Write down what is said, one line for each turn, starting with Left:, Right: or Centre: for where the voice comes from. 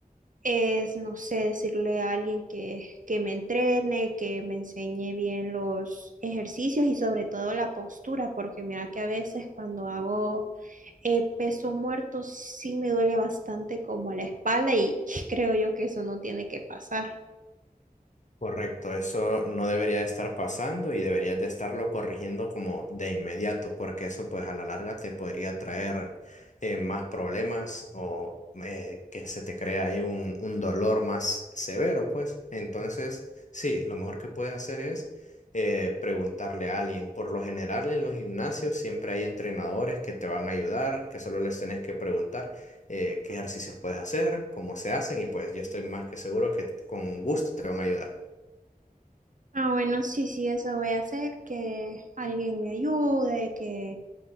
Right: es, no sé, decirle a alguien que, que me entrene, que me enseñe bien los ejercicios y sobre todo la postura, porque mira que a veces cuando hago eh, peso muerto sí me duele bastante como la espalda y <laughs> creo yo que eso no tiene que pasar.
Left: Correcto, eso no debería de estar pasando y deberías de estarlo corrigiendo como de inmediato, porque eso pues a la larga te podría traer eh, más problemas o eh, que se te crea ahí un, un dolor más severo, pues. Entonces, sí, lo mejor que puedes hacer es eh, preguntarle a alguien. Por lo general en los gimnasios siempre hay entrenadores que te van a ayudar, que solo les tenés que preguntar eh, qué ejercicios puedes hacer, cómo se hacen y pues yo estoy más que seguro que con gusto te van a ayudar.
Right: Ah, bueno, sí, sí, eso voy a hacer, que alguien me ayude, que